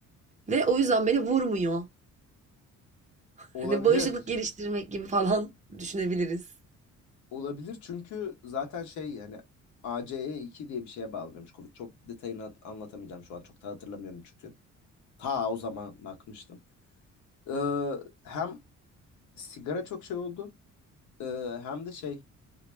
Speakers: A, on the right (about 25°); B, on the left (about 80°).
A: Ve o yüzden beni vurmuyor. Hani
B: Olabilir.
A: bağışıklık geliştirmek gibi falan düşünebiliriz.
B: Olabilir çünkü zaten şey yani ACE2 diye bir şeye bağlanıyormuş Covid. Çok detayını at- anlatamayacağım şu an. Çok da hatırlamıyorum çünkü. Ta o zaman bakmıştım. Ee, hem sigara çok şey oldu ee, hem de şey